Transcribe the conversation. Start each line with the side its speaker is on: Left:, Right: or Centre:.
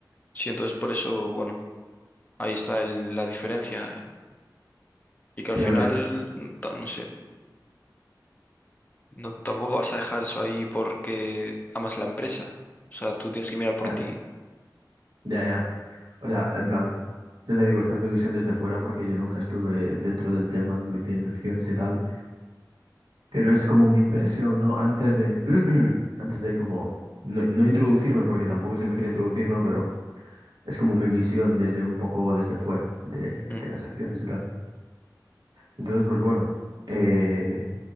Left: Sí, entonces por eso, bueno, ahí está el- la diferencia. Y que
Right: Sí,
Left: al final,
Right: a ver,
Left: mm, ta- no sé, no, tampoco vas a dejar eso ahí porque amas la empresa. O sea, tú tienes que mirar por
Right: ya,
Left: ti.
Right: ya, ya. O sea, en plan, ya te digo, esta es mi visión desde fuera porque yo nunca estuve dentro del tema de invertir en acciones y tal, pero es como mi impresión, ¿no? Antes de, <clears throat> antes de como, no, no introducirme, porque tampoco es que me quiera introducir, ¿no? Pero Es como mi visión desde un poco desde fuera de,
Left: Mm.
Right: de las acciones y tal. Entonces, pues bueno, eh,